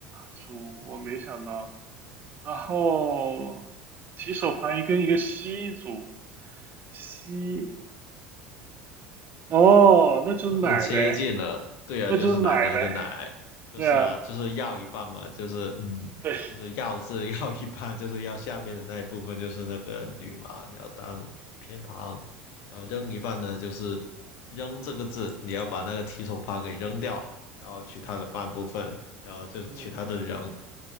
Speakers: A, on the right (about 40°); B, on the left (about 60°).
A: 组我没想到，然后提手旁一跟一个吸组，吸，哦，那就是奶呗，
B: 很接近了，对啊，
A: 那就是奶呗，
B: 就是奶奶的奶，就是啊，
A: 对啊，
B: 就是要一半嘛，就是嗯，
A: 对，
B: 就是要字要一半，就是要下面的那一部分就是那个女嘛，要当偏旁，然后扔一半呢，就是扔这个字，你要把那个提手旁给扔掉，然后取它的半部分，然后就是取它的人，
A: 嗯，